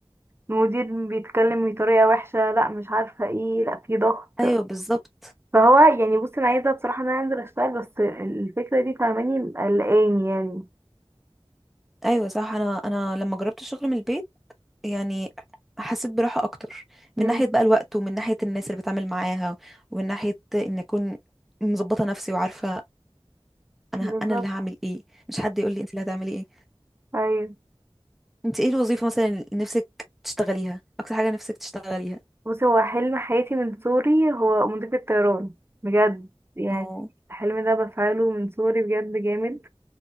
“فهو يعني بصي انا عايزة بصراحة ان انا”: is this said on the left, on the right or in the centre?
Right